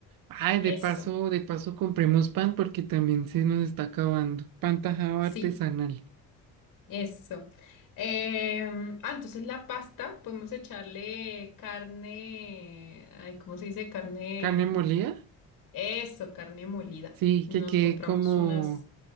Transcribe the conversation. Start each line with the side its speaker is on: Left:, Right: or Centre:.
Right: Ay,
Left: Eso.
Right: de paso, de paso compremos pan porque también se nos está acabando. Pan tajado
Left: Sí,
Right: artesanal.
Left: eso. Em, ah, entonces la pasta, podemos echarle carne, ay, ¿cómo se dice? Carne,
Right: ¿Carne
Left: em,
Right: molida?
Left: eso, carne molida.
Right: Sí,
Left: Nos
Right: que quede
Left: compramos
Right: como,
Left: unas,